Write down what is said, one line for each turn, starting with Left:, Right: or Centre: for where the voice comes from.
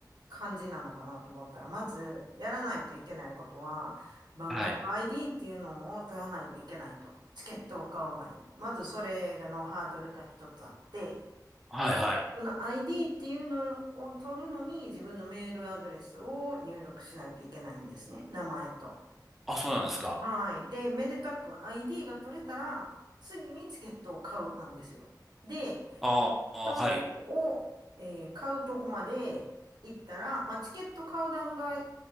Right: 感じなのかなと思ったら、まずやらないといけないことは、万博
Centre: はい。
Right: ID っていうのを取らないといけないと。チケットを買う前に。まずそれのハードルが一つあって、
Centre: はい、はい。
Right: この ID っていうのを取るのに自分のメールアドレスを入力しないといけないんですね。名前と。
Centre: あ、そうなんですか。
Right: はい。で、めでたく ID が取れたら、次にチケットを買うなんですよ。で、
Centre: ああ、
Right: トを、
Centre: はい。
Right: えー買うとこまで行ったら、まあ、チケット買う段階、